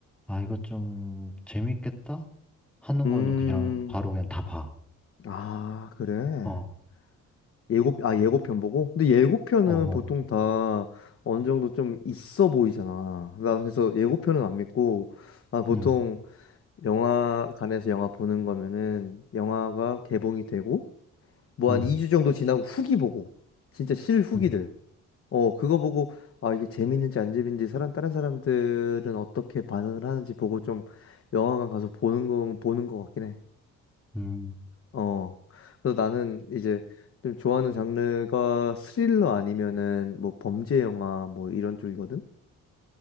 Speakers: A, in the centre; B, on the left.
A: 아, 이거 좀 재밌겠다? 하는
B: 음.
A: 거는 그냥 바로 그냥 다 봐.
B: 아, 그래.
A: 어,
B: 예고 아, 예고편 보고? 근데 예고편은
A: 어, 어.
B: 보통 다 어느 정도 좀 있어 보이잖아. 나 그래서 예고편은 안 믿고 아, 보통
A: 음,
B: 영화관에서 영화 보는 거면은 영화가 개봉이 되고 뭐
A: 음,
B: 한 2주 정도 지나고 후기 보고 진짜 실후기들
A: 음,
B: 어 그거 보고 아 이게 재밌는지 안 재밌는지 사람 다른 사람들은 어떻게 반응을 하는지 보고 좀 영화관 가서 보는 거 보는 거 같긴 해.
A: 음.
B: 어 그래서 나는 이제 좀 좋아하는 장르가 스릴러 아니면은 뭐 범죄 영화 뭐 이런 쪽이거든.